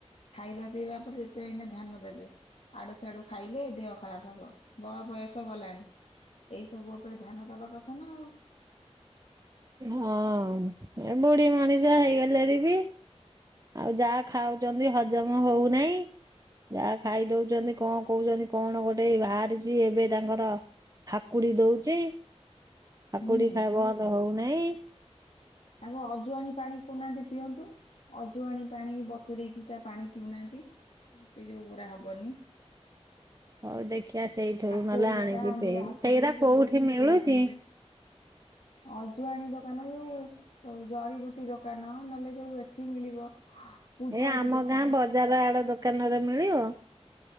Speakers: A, on the left; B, on the right.
A: ଖାଇବା ପିଇବା ଉପରେ ଯେତେ ଏଇନା ଧ୍ୟାନ ଦେବେ। ଆଡ଼ୁ ସାଡ଼ୁ ଖାଇଲେ ଦେହ ଖରାପ ହବ ବଳ ବୟସ ଗଲାଣି। ଏଇ ସବୁ ଉପରେ ଧ୍ୟାନ ଦବା କଥା ନା ଆଉ।
B: ହଁ ଏ ବୁଢୀ ମଣିଷ ହେଇଗଲେଣି ବି। ଆଉ ଯାହା ଖାଉଛନ୍ତି ହଜମ ହଉନାହିଁ। ଯାହା ଖାଇ ଦୋଉଛନ୍ତି କଣ କହୁଛନ୍ତି କଣ ଗୋଟେ ବାହାରିଛି ଏବେ ତାଙ୍କର ହାକୁଡ଼ି ଦୋଉଚି ହାକୁଡ଼ି
A: ହୁଁ।
B: ଖା ବନ୍ଦ ହୋଉନାଇଁ
A: ଆଙ୍କୁ ଅଜୁଆଣି ପାଣି କହୁନାହାନ୍ତି ପିଅନ୍ତୁ। ଅଜୁଆଣି ପାଣି ବତୁରେଇକି ତା ପାଣି ପିଉନାହାନ୍ତି। ସେ ଯେଉରାହା ହବନି।
B: ହୋଉ ଦେ ଖିଆ ସେଇଥିରୁ
A: ହାକୁଡି
B: ନହେଲେ ଆଣିକି
A: ଦବା ଆମ୍ବିଳା
B: ପେଇବୁ।
A: ହାକୁଡି
B: ସେଇରା
A: ଯୋଉ
B: କୋଉଠି ମିଳୁଚି?
A: ଛାତି ଅଜୁଆଣୀ ଦୋକାନ ଯୋଉ ଜରିିବୁ ଟି ଦୋକାନ ନହେଲେ ଯୋଉ ଏଠି ମିଳିବ ପୂଜାରୀ
B: ଏ ଆମ
A: ଦୋକାନ
B: ଗାଁ ବଜାର ଆଡ଼ ଦୋକାନରେ ମିଳିବ?